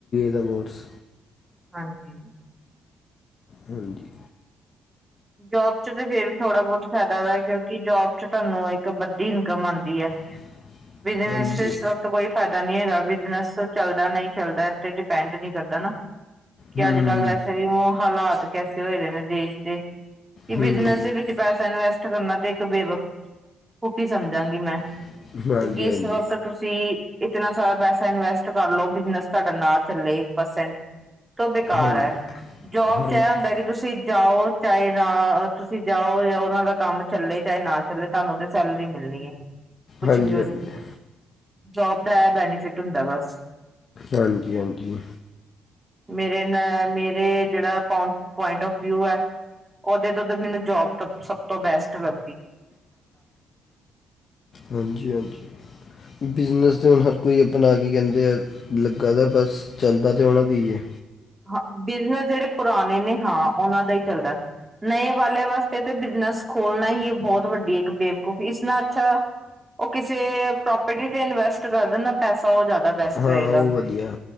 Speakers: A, on the left; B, on the right.
A: ਰਬੋਟਸ
B: ਹਾਂਜੀ।
A: ਹਾਂਜੀ।
B: ਜੋਬ ਚ ਫੇਰ ਵੀ ਥੋੜ੍ਹਾ ਬਹੁਤ ਫਾਇਦਾ ਕਿਉਂਕਿ ਜੋਬ ਚ ਤੁਹਾਨੂੰ ਇੱਕ ਵੱਡੀ ਇਨਕਮ ਆਉਂਦੀ ਹੈ।
A: <inaudible>
B: ਬਿਜਨਸ
A: ਹਾਂਜੀ
B: ਚ ਇਸ ਵਕਤ ਕੋਈ ਫਾਇਦਾ ਨਹੀਂ ਹੈਗਾ। ਬਿਜਨਸ ਚੱਲਦਾ ਨਹੀਂ ਚੱਲਦਾ ਤੇ ਡਿਪੈਂਡ ਨਹੀਂ ਕਰਦਾ ਨਾ ਕਿ
A: ਹੂੰ
B: ਅੱਜ ਕੱਲ੍ਹ ਵੈਸੇ ਵੀ ਹਾਲਾਤ ਕੈਸੇ ਹੋਏ ਦੇ ਨੇ ਦੇਸ਼ ਦੇ ਕਿ ਬਿਜਨਸ
A: ਹੂੰ ਬਿਜ਼ਨਸ
B: ਦੇ ਵਿੱਚ ਪੈਸਾ ਇਨਵੈਸਟ ਕਰਨਾ ਤੇ ਇੱਕ ਬੇਵਕੁਫੀ ਸਮਝਾਂਗੀ ਮੈਂ ਕਿਉਂਕਿ
A: ਮੈਂ ਹਾਂਜੀ
B: ਇਸ
A: ਹਾਂਜੀ
B: ਵਕਤ ਤੁਸੀਂ ਇਤਨਾ ਸਾਰਾ ਪੈਸਾ ਇਨਵੈਸਟ ਕਰ ਲੋ ਬਿਜਨਸ ਤੁਹਾਡੇ ਨਾਲ ਚੱਲੇ ਇੱਕ ਪਰਸੈਂਟ ਤੋਂ ਬੇਕਾਰ
A: ਹਾਂਜੀ
B: ਹੈ ਜੋਬ
A: ਹਾਂਜੀ
B: ਚ ਇਹ ਹੁੰਦਾ ਕਿ ਤੁਸੀਂ ਜਾਓ ਚਾਹੇ ਨਾ ਤੁਸੀਂ ਜਾਓ ਜਾਂ ਉਹਨਾਂ ਦਾ ਕੰਮ ਚੱਲੇ ਚਾਹੇ ਨਾ ਤੁਹਾਨੂੰ ਤੇ ਸੈਲਰੀ ਮਿਲਣੀ ਹੈ। ਕੁਛ
A: ਹਾਂਜੀ
B: ਵੀ ਹੋ
A: ਹਾਂਜੀ
B: ਜੇ ਜੋਬ ਦਾ ਇਹ ਬੈਨੀਫਿਟ ਹੁੰਦਾ ਬਸ।
A: ਹਾਂਜੀ ਹਾਂਜੀ।
B: ਮੇਰੇ ਮੇਰੇ ਜਿਹੜਾ ਪੁਆਇੰਟ ਫ ਵਿਊ ਏ ਉਹਦੇ ਤੋਂ ਤਾਂ ਮੈਨੂੰ ਜੋਬ ਤੋਂ ਸਭ ਤੋਂ ਬੈਸਟ ਮਿਲ
A: ਹਾਂਜੀ ਹਾਂਜੀ ਬਿਜਨਸ ਦੇ ਹੁਣ ਹਰ ਕੋਈ ਆਪਣਾ ਕੀ ਕਹਿੰਦੇ ਲੱਗਾ ਦਾ ਬਸ ਚਲਦਾ ਤਾਂ ਆਣਾ ਦੇਏ
B: ਹਾਂ ਬਿਜਨਸ ਜਿਹੜੇ ਪੁਰਾਣੇ ਨੇ ਹਾਂ ਉਹਨਾਂ ਦਾ ਹੀ ਚੱਲਦਾ। ਨਏ ਵਾਲਿਆਂ ਵਾਸਤੇ ਤੇ ਬਿਜਨਸ ਖੋਲਣਾ ਹੀ ਬਹੁਤ ਵੱਡੀ ਇੱਕ ਬੇਵਕੂਫ਼ੀ ਇਸ ਨਾਲ ਅੱਛਾ ਉਹ ਕਿਸੇ ਪ੍ਰੋਪਰਟੀ ਤੇ ਇਨਵੈਸਟ ਕਰ ਦੇ ਨਾ ਪੈਸਾ ਸ ਜ਼ਿਆਦਾ ਬੈਸਟ
A: ਹਾਂ
B: ਰਹੇਗਾ
A: ਉਹ ਵਧੀਆ